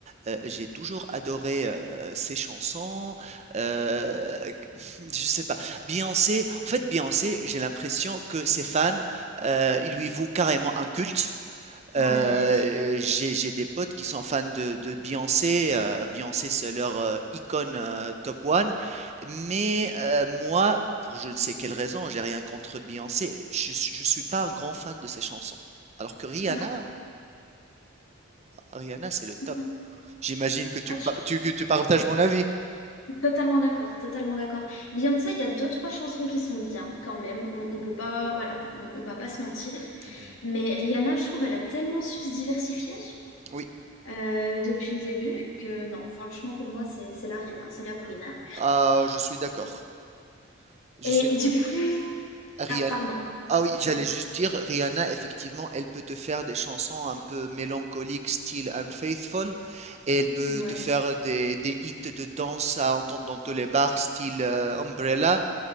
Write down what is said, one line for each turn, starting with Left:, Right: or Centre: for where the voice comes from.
Right: euh, j'ai toujours adoré euh, ses chansons. Euh, <laughs> je sais pas. Beyoncé, en fait, Beyoncé, j'ai l'impression que ses fans, euh, ils lui vouent carrément un culte.
Left: Ouais.
Right: Euh, j'ai j'ai des potes qui sont fans de, de Beyoncé. euh, Beyoncé, c'est leur euh, icône euh, top one. Mais euh, moi, pour je ne sais quelle raison, j'ai rien contre Beyoncé. Je, je suis pas un grand fan de ses chansons. Alors que Rihanna,
Left: Non.
Right: Rihanna, c'est le top.
Left: Ouais.
Right: J'imagine que tu
Left: Ah,
Right: me, par- tu, que tu partages mon avis.
Left: Totalement d'accord, totalement d'accord. Beyoncé, il y a deux, trois chansons qui sont bien quand même. On, on peut pas, voilà, on, on va pas se mentir.
Right: Ben,
Left: Mais Rihanna, je trouve, elle a tellement su se diversifier
Right: Oui,
Left: euh, depuis le début que non, franchement, pour moi, c'est c'est la reine, hein, c'est la queen. hein.
Right: Ah, je suis d'accord. Je
Left: Et
Right: suis
Left: du coup,
Right: Rihanna.
Left: ah, pardon.
Right: Ah oui, j'allais
Left: Oui,
Right: juste dire, Rihanna, effectivement, elle peut te faire des chansons un peu mélancoliques, style Unfaithful, et elle peut
Left: ouais,
Right: te faire des, des hits de danse à entendre dans tous les bars, style euh, Umbrella,